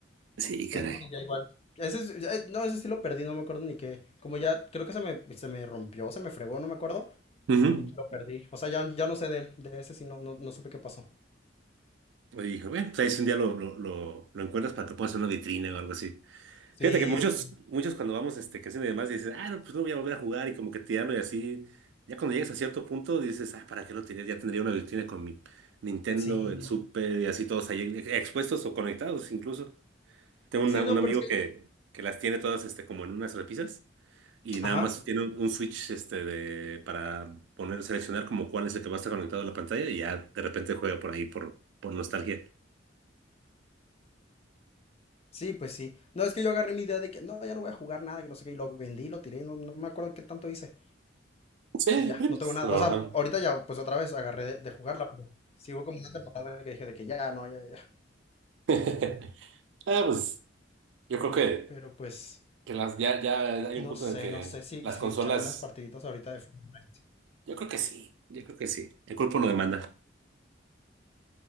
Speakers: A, on the right (about 70°); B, on the left (about 35°).
A: Sí, caray.
B: Ese sí, ya igual. Ese, es- ya eh, no, ese sí lo perdí, no me acuerdo ni qué. Como ya, creo que se me, se me rompió, se me fregó, no me acuerdo.
A: Ujú.
B: y Lo perdí. O sea, ya, ya no sé de él. De ese sí no, no, no supe qué pasó.
A: Y dije, bueno, pues ahí si un día lo, lo, lo, lo encuentras para que puedas hacer una vitrina o algo así.
B: Sí,
A: Fíjate que muchos,
B: sí, sí.
A: muchos cuando vamos este, creciendo y demás, dices, ah, no, pues no voy a volver a jugar y como que tirarlo y así. Ya cuando llegues a cierto punto dices, ah, ¿para qué lo tiré? Ya tendría una vitrina con mi Nintendo,
B: Sí,
A: el Super y así todos ahí e- expuestos o conectados incluso. Tengo
B: Sí,
A: una- un
B: no,
A: amigo
B: pero es que...
A: que, que las tiene todas este, como en unas repisas Y nada
B: Ajá.
A: más tiene un, un switch este de, para poner, seleccionar como cuál es el que va a estar conectado a la pantalla y ya de repente juega por ahí por, por nostalgia.
B: Sí, pues sí. No, es que yo agarré mi idea de que no, ya no voy a jugar nada, que no sé qué. Y lo vendí, lo tiré, no, no me acuerdo qué tanto hice.
A: Sí,
B: Y ya,
A: es
B: no tengo nada.
A: normal.
B: O sea, ahorita ya, pues otra vez agarré de, de jugarla, pero sí hubo como una temporada que dije de que ya, no, ya, ya.
A: <laughs> Ah, pues yo creo que,
B: Pero pues...
A: que las, ya, ya hay
B: No
A: un punto
B: sé,
A: en el que
B: no sé si,
A: las
B: si
A: consolas,
B: echarme unas partiditas ahorita de fútbol.
A: yo creo que sí, yo creo que sí. El cuerpo lo demanda.